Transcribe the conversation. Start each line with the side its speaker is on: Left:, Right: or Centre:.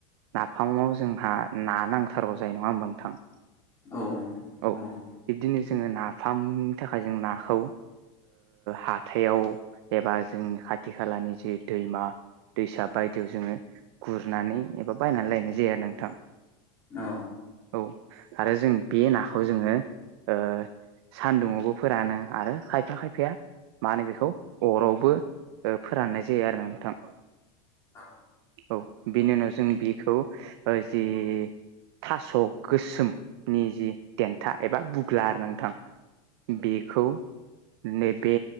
Right: नाफामाव जोंहा ना नांथारगौ जायो नङा होमबा नोंथां।
Left: औ
Right: औ
Left: नंगौ।
Right: बिब्दिनो जोङो नाफामनि थाखाय जों नाखौ हाथायाव एबा जोंनि खाथि खालानि जि दैमा दैसा बायदियाव जोङो गुरनानै एबा बायनानै लायनाय जायो नोंथां।
Left: औ
Right: औ आरो जों बे नाखौ जोङो ओ सान्दुङआवबो फोरानो आरो खायफा खायफाया मा होनो बेखौ अरावबो फोराननाय जायो आरोना नोंथां
Left: औ
Right: औ बिनि उनाव जों बेखौ जि थास' गोसोमनि जि देन्था एबा बुग्ला आरो नोंथां बेखौ नैबे